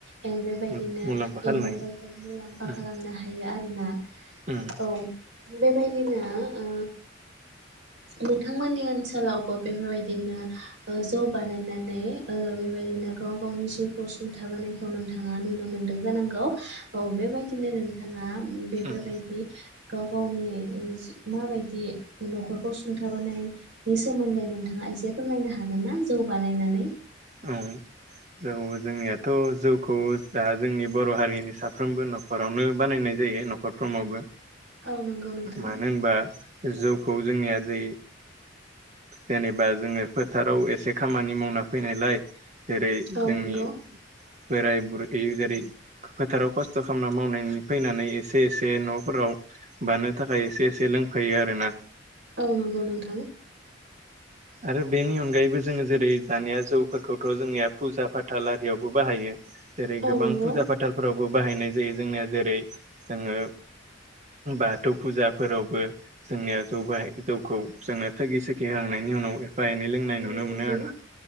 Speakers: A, on the right; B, on the right.
A: ओ बेबायदिनो
B: उम मुलाम्फा खालामनाय
A: एमावफोरखौ मुलाम्फा
B: उम
A: खालामनो हायो आरो। जोंना
B: उम
A: औ बेबायदिनो ओ नोंथांमोननि ओनसोलावबो बेफोरबायदिनो ओ जौ बानायनानै ओ बेबायदिनो ओ गाव गावनि जिउ खौ सुंथाबोनायखौ नोंथाङा नुनो मोन्दों जानांगौ। औ बेबायदिनो नोंथाङा बेफोरबायदि
B: उम
A: गाव गावनि ओ माबायदि न'खरखौ सुंथाबोनायनि सोमोन्दै नोंथाङा एसे फोरमायनो हागोन ना? जौ बानायनानै
B: औ जौ जोंनियाथ' जौखौ दा जोंनि बर' हारिनि साफ्रोमबो न'खरावनो बानायनाय जायो न'खरफ्रोमावबो।
A: औ नंगौ नोंथां
B: मानो होनबा जौखौ जोंनिया जै जेनेबा जोङो फोथाराव एसे खामानि मावना फैनायलाय जेरै
A: औ
B: जोंनि
A: नंगौ
B: बोराय बुरै जेरै फोथाराव खस्थ' खालामना मावनानै फैनानै एसे एसे न'फोराव बानो थाखाय एसे एसे लोंफैयो आरो ना।
A: औ नंगौ नोंथां।
B: आरो बेनि अनगायैबो जोङो जेरै दानिया जौफोरखौथ' जोंनिया फुजा फाथाल आरियावबो बाहायो। जेरै
A: औ
B: गोबां
A: नंगौ
B: फुजा फाथालफोराव बो बाहायनाय जायो जोंना जेरै जोङो बाथौ फुजाफोरावबो जोंनिया जौ बाहायो जौखौ जोङो थोगि सोगि हांनायनि उनाव एफा एनै लोंनाय
A: नंगौ
B: नुनो
A: नोंथां
B: मोनो आरो
A: उम
B: ना।